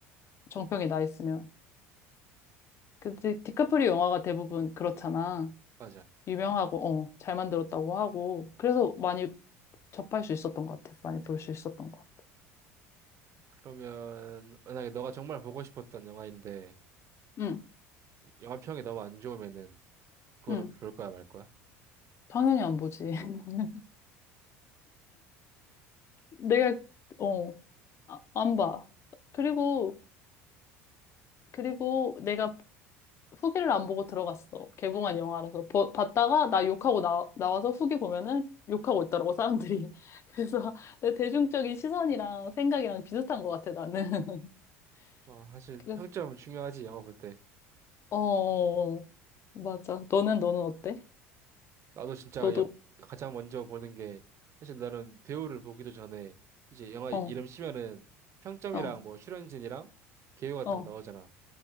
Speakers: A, on the left; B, on the right.
A: 정평이 나 있으면. 근데 디카프리오 영화가 대부분 그렇잖아.
B: 맞아.
A: 유명하고, 어, 잘 만들었다고 하고. 그래서 많이 접할 수 있었던 것 같아. 많이 볼 수 있었던 것 같아.
B: 그러면 만약에 너가 정말 보고 싶었던 영화인데
A: 응. 응.
B: 영화 평이 너무 안 좋으면은 그거는
A: 응,
B: 볼 거야 말 거야?
A: 당연히 안 보지. <laughs> 내가, 어, 아, 안 봐. 그리고, 그리고 내가 후기를 안 보고 들어갔어. 개봉한 영화라서. 보- 봤다가 나 욕하고 나, 나와서 후기 보면은 욕하고 있더라고, 사람들이. <laughs> 그래서 내 대중적인 시선이랑 생각이랑 비슷한 것 같아, 나는.
B: 어, 사실
A: <laughs> 그래서,
B: 평점 중요하지 영화 볼 때.
A: 어, 어, 어. 맞아. 너는, 너는 어때?
B: 나도 진짜
A: 너도,
B: 여- 가장 먼저 보는 게 사실 나는 배우를 보기도 전에 이제 영화
A: 어,
B: 이름 치면은 평점이랑
A: 어,
B: 뭐 출연진이랑 개요 같은
A: 어,
B: 거 나오잖아.